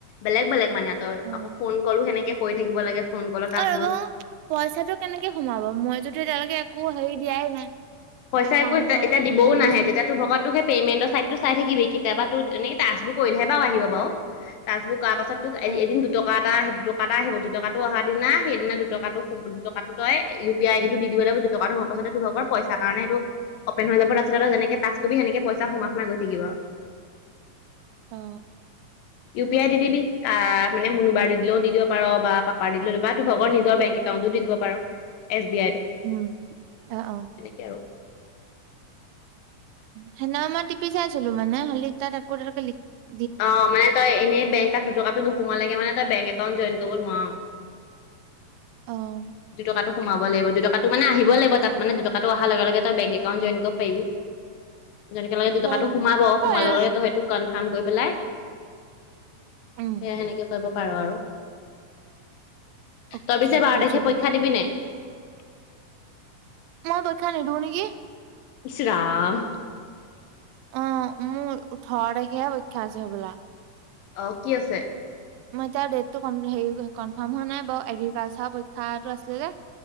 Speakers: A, on the left; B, on the right.
A: বেলেগ বেলেগ মানে তই
B: অ'
A: আকৌ ফোন কলো সেনেকে কৰি থাকিব লাগে ফোন কলৰ টাস্কবোৰ
B: অ ৰ'ব পইচাটো কেনেকে সোমাব মই যদি এতিয়ালেকে একো হৰি দিয়াই নাই
A: পইচা
B: একাউণ্টৰ
A: একো এতিয়া দিবও
B: হেৰি
A: নাহে
B: চেৰি
A: যেতিয়া তো ভকত সেই পেমেন্টৰ চাইটটো চাই থাকিবি কেতিয়াবা তো এনে টাস্কবোৰ কৰিলেহে বাৰু আহিব বাৰু টাস্কবো কৰাৰ পাছত তোক এ
B: অ'
A: এদিন দুটকা এটা আহিব দুটকা এটা আহিব দুটকা অহা দিনা সেইদিনা দুটকা টো দুটকাটো তই ইউ পি আই ডিটো দি দিব লাগিব দুটকাটো সুমুৱাৰ পিছতহে তোৰভাগৰ পইচা তাৰ কাৰণে এইটো অপেন হৈ যাব তাৰপিছত তই যেনেকে টাস্ক কৰিবি সেনেকে পইচা সোমাই সোমাই গৈ থাকিব আও <unintelligible>
B: অ
A: ইউ পি আই দি দিবি তা মানে মুবাৰ দি দিলেও দি দিব পাৰ বা পাপাৰ দিলে দিব পাৰ বা তোৰ নিজৰ ভাগৰ বেংক এক ততো দি দিব পাৰ এছ বি
B: উম অ অ
A: অ
B: সেদিনা মই টিপি চাই আছিলো মানে হ'লি তাত একো এতিয়ালেকে লি
A: অ মানে তই এনেই বেংক তাত দুটকাটো নোসোমালৈকে মানে তই বেংক একাউণ্ট জইন কৰিব নোৱাঅ
B: অ'
A: দুটকা সোমাব লাগিব দুটকা মানে আহিব লাগিব তাত মানে দুটকাটো অহাৰ লগে লগে তই বেংক একাউণ্ট জইন কৰিব পাৰিবি যেনেকে ল দুটকাটো
B: অ'
A: সোমাব
B: হয়
A: সোমাই লৈ সেইটো কনফাৰ্ম কৰি পেলাই
B: উম
A: সেয়া সেনেকে কৰিব পাৰ আৰু
B: অকে
A: তই পিছে বাৰ
B: বুজিলো
A: তাৰিখে <unintelligible>
B: মই পৰিক্ষা নিদো নিকি
A: ইচ্ ৰাম
B: অ মোৰ ওঠৰ তাৰিখেহে পৰিক্ষা আছে হ'বলা
A: অ কি আছে
B: ন তাৰ ডেটটো কম হেই কমৰ্ফম হোৱা নাই বাও এগ্ৰিকালছাৰ পৰিক্ষাটো আছে যে